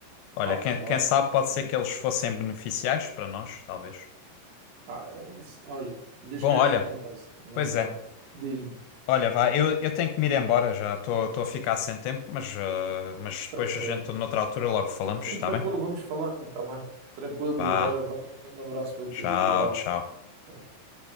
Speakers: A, on the left; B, on the right.
A: Olha,
B: Ah,
A: quem,
B: claro,
A: quem sabe
B: sempre.
A: pode ser que eles fossem beneficiais para nós, talvez.
B: Ah, é isso, olha, Deus
A: Bom,
B: queira
A: olha,
B: que aconteça, mas
A: pois
B: não.
A: é.
B: Diz-me,
A: Olha, vá, eu, eu tenho que me ir embora já. Estou estou a ficar sem tempo, mas, eh, mas depois
B: tranquilo.
A: a gente, noutra altura, logo falamos,
B: Sim,
A: está
B: tranquilo,
A: bem?
B: vamos falando também. Tranquilo,
A: Vá,
B: Yuri. Olha, valeu, um grande abraço para
A: tchau,
B: ti. Abraço.
A: tchau.
B: Tchau, tchau.